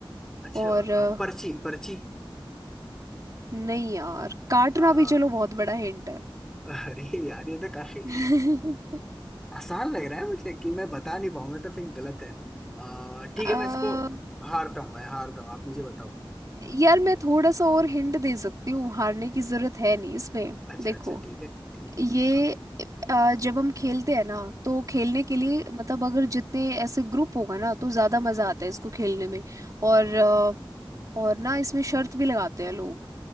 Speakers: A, in the centre; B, on the right.
A: अच्छा
B: और अ,
A: आ, पर्ची पर्ची
B: नहीं यार काटना
A: आ,
B: भी चलो बहुत बड़ा हिंट है
A: अरे यार ये तो काफी
B: <laughs>
A: आसान लग रहा है मुझे कि मैं बता नहीं पाऊंगा तो फिर गलत है आ, ठीक
B: अ,
A: है मैं इसको हारता हूँ मैं हारता हूँ आप मुझे बताओ
B: यार मैं थोड़ा सा और हिंट दे सकती हूँ हारने की जरूरत है नहीं इसमें
A: अच्छा
B: देखो
A: अच्छा ठीक है ठीक है
B: ये
A: आप
B: अ, जब हम खेलते हैं ना तो खेलने के लिए मतलब अगर जितने ऐसे ग्रुप होगा ना तो ज्यादा मजा आता है इसको खेलने में और अ, और ना इसमें शर्त भी लगाते हैं लोग